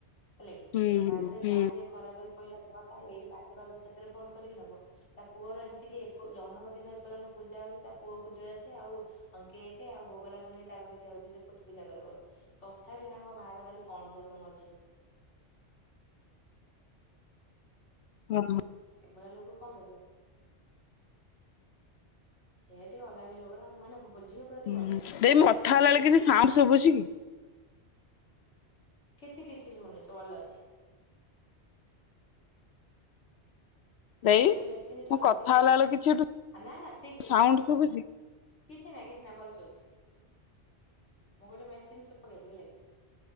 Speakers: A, on the left (about 80°); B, on the left (about 70°).
A: ହେଲା କି
B: ହୁଁ
A: ତା
B: ହୁଁ
A: ଦେହରେ
B: ହୁଁ।
A: ଯାହା ଟିକେ ଖରାପେ ପଇଲା ଯାହା ପାଇଁ ଏଇ ଯୋଉ ପାଖରେ ଅଛି ସେତେ ଲରେ ଫୋନ କରିକି ନବ ତା ପୁଅର ଏମିତି କିି ଏକୋ ଜନ୍ମ ଦିନ ଏର୍ଯ୍ୟନ୍ତ ପୂଜା ହୋଉଚି ତା ପୁଅକୁ ଡ୍ରେସ ଆଉ କେକେ ଆଉ ଭୋଗୋ ରାଗ ନେଇ ତା ଘରେ ଦିଆ ହୋଉଛି ସେ ପୋଥ ପୂଜା କରିବ ବୋଲି ତଥାବି ତାଙ୍କ ମାଆର ଖାଲି କଣ ଦୋଉଚ ମୋ ଝିଅକୁ
B: ଅହଁ।
A: ଏଭଳିଆ ଲୋକୋକୁ କଁ କରିବା। ସେନ୍ତି ଆଲାଣ୍ଡି ଲୋକୋଟା ମାନେ ବୋ ଝିଅ ପ୍ରତି
B: ହୁଁ
A: ଭଲ
B: ଦେଇ
A: ବୋହୁମାନଙ୍କୁ
B: ମୁଁ କଥା
A: ପ୍ରତି
B: ହେଲା ବେଳେ
A: ତାଙ୍କର କିଛି
B: ସାଉଣ୍ଡ
A: ନାହିଁ।
B: ଶୁଭୁଛି କି
A: କିଛି କିଛି ଶୁଣୁନି ତୁ ଭଲ ଅଛି।
B: <inaudible> ଦେଇ
A: ମୁଁ ଗୋଟେ ମେସିନି
B: ମୁଁ
A: ଚଲୋଉଚି
B: କଥା
A: ହେଲା କି
B: ବେଳେ କିଛି ଏଠୁ
A: ଆଁ ନାଁ ନାଁ ଠିକ୍ ଠିକ୍
B: ସାଉଣ୍ଡ ଶୁଭୁଛି
A: କିଛି ନାଇଁ କିଛି ନାଇଁ ଭଲ। <unintelligible> ମୁଁ ଗୋଟେ ମେସିନ ଚ ପକେଇଚି ହେଲା କିି